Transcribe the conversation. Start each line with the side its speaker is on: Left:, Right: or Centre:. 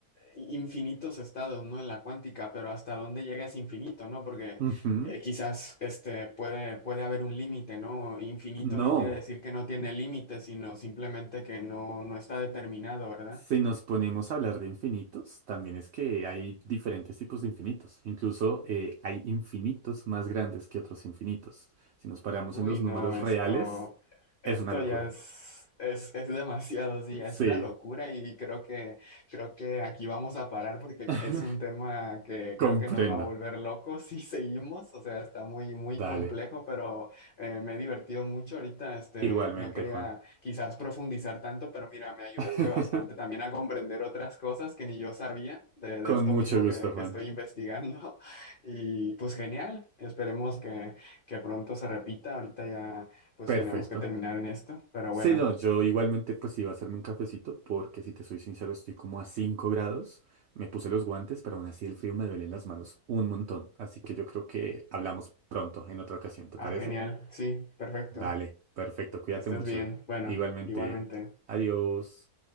Left: infinitos estados, ¿no? En la cuántica, pero hasta dónde llega es infinito, ¿no? Porque
Right: Ujú.
Left: eh, quizás este puede, puede haber un límite, ¿no? Infinito
Right: No.
Left: no quiere decir que no tiene límite, sino simplemente que no, no está determinado, ¿verdad?
Right: Si nos ponemos a hablar de infinitos, también es que hay diferentes tipos de infinitos. Incluso eh, hay infinitos más grandes que otros infinitos. Si nos paramos
Left: Uy,
Right: en los números
Left: no, esto,
Right: reales,
Left: esto
Right: es una locura.
Left: ya es, es, es demasiado, sí,
Right: Sí,
Left: es una locura y creo que, creo que aquí vamos a parar porque
Right: <laughs>
Left: es un tema que
Right: comprendo.
Left: creo que nos va a volver locos si <laughs> seguimos, o sea, está muy, muy
Right: Dale.
Left: complejo, pero eh, me he divertido mucho ahorita, este,
Right: Igualmente,
Left: no quería
Right: Juan.
Left: quizás profundizar tanto, pero mira, me ayudaste
Right: <laughs>
Left: bastante también a comprender otras cosas que ni yo sabía de, de
Right: Con
Left: esto
Right: mucho
Left: mismo
Right: gusto,
Left: que,
Right: Juan.
Left: que estoy investigando <laughs> y pues genial, esperemos que que pronto se repita. Ahorita ya pues
Right: Perfecto.
Left: tenemos que terminar en esto, pero
Right: Sí,
Left: bueno.
Right: no, yo igualmente pues iba a hacerme un cafecito porque si te soy sincero estoy como a 5 grados, me puse los guantes, pero aún así el frío me duele en las manos un montón, así que yo creo que hablamos pronto en otra ocasión, ¿te
Left: Ah,
Right: parece?
Left: genial. Sí, perfecto.
Right: Dale, perfecto, cuídate
Left: Que estés
Right: mucho.
Left: bien. Bueno,
Right: Igualmente,
Left: igualmente.
Right: adiós.